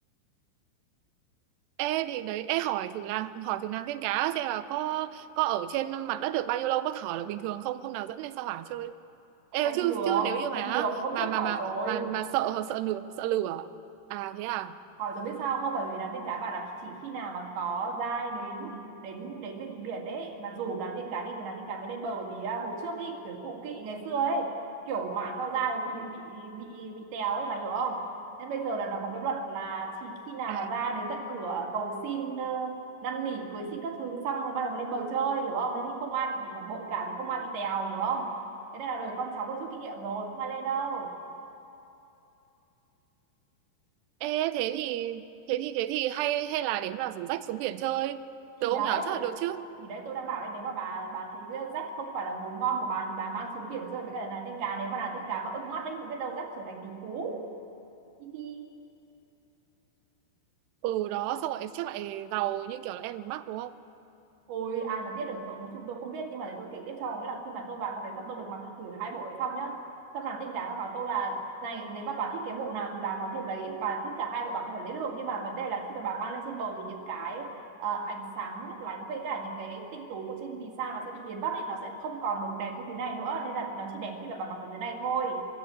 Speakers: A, on the right (about 85°); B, on the right (about 60°).
A: Ê thì đấy, ê hỏi thử nàng hỏi thử nàng tiên cá xem là có có ở trên mặt đất được bao nhiêu lâu có thở được bình thường không hôm nào dẫn lên sao hỏa chơi
B: không
A: ê chứ
B: được
A: chứ nếu như
B: không
A: mà
B: được hôm
A: mà
B: trước
A: mà
B: hỏi
A: mà
B: rồi
A: mà mà sợ sợ lửa sợ lửa à thế à
B: Hỏi rồi biết sao không? Bởi vì nàng tiên cá bảo là chỉ khi nào mà có dai đến đến đến bên biển đấy mà rủ nàng tiên cá đi thì nàng tiên cá mới lên bờ bởi vì à, hồi trước ý, kiểu cụ kỵ ngày xưa ấy kiểu mãi theo dai rồi bị bị bị bị téo ấy bà hiểu không? Nên bây giờ là nó có cái luật là chỉ khi nào
A: à
B: mà dai đến tận cửa cầu xin ờ, năn nỉ cưới xin các thứ xong rồi bắt đầu mới lên bờ chơi hiểu không? Thế thì không ai bị phản bội cả thì không ai bị téo hiểu không? Thế nên là đời con cháu vừa rút kinh nghiệm rồi không ai lên đâu.
A: ê thế thì thế thì thế thì hay hay là đến là rủ rách xuống biển chơi được
B: thì
A: không
B: đấy
A: nhở chắc là được chứ
B: thì đấy tôi đang bảo đây nếu mà bà bà thấy rách không phải là mồi ngon của bà thì bà mang xuống biển chơi với cả là tiên cá nếu mà là tiên cá mà ưng mắt đấy thì biết đâu rách trở thành tỷ phú hi hi
A: ừ đó xong rồi chắc lại giàu như kiểu là em mắc đúng không
B: Ôi ai mà biết được tụi chúng tôi không biết nhưng mà để tôi kể tiếp cho nghĩa là khi mà tôi vào trong đấy xong tôi được mặc thử hai bộ đấy xong nhá xong nàng tin cá bà bảo tôi là này nếu mà bà thích cái bộ nào thì bà có thể lấy bà thích cả hai bộ bà có thể lấy được nhưng mà vấn đề là khi mà bà mang lên trên bờ thì những cái ờ, ánh sáng lấp lánh với cả những cái tinh tú của trên vì sao nó sẽ bị biến mất ấy nó sẽ không còn được đẹp như thế này nữa nên là nó chỉ đẹp khi mà bà mặc ở dưới này thôi